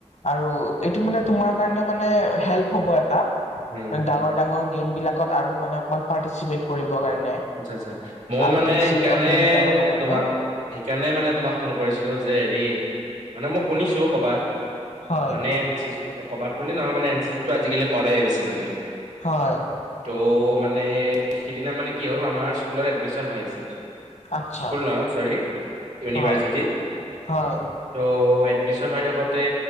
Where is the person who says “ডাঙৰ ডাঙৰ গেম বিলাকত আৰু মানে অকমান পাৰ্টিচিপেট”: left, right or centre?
Left